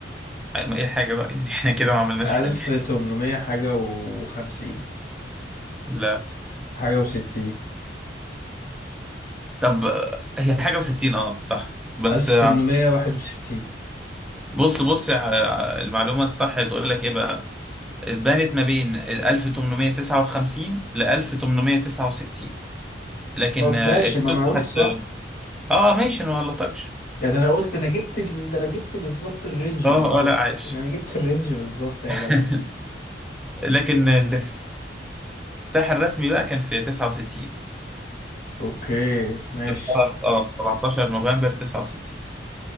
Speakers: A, in the centre; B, on the left (about 50°).
A: أي ما إيه الحاجة بقى يعني <laughs> إحنا كده ما عملناش
B: ألف
A: حاجة
B: تمنمية حاجة وخمسين
A: لا
B: حاجة وستين
A: طب آه، هي حاجة وستين أه صح بس
B: ألف
A: آه،
B: تمنمية واحد وستين
A: بص بص آه، المعلومة الصح بتقول لك إيه بقى اتبنت ما بين 1859 ل 1869 لكن
B: طب
A: آه،
B: ماشي
A: افتتحت
B: ما أنا قلت صح
A: اه ماشي أنا ما غلطكش
B: يعني أنا قلت أنا جبت ال... ده أنا جبت بالظبط الرينج
A: اه
B: بالظبط
A: اه لا عايش
B: أنا جبت الرينج بالظبط يا
A: <laughs>
B: جدع
A: لكن الافتتاح الافتتاح الرسمي بقى كان في 69
B: أوكي ماشي
A: اتفتح اه في 17 نوفمبر 69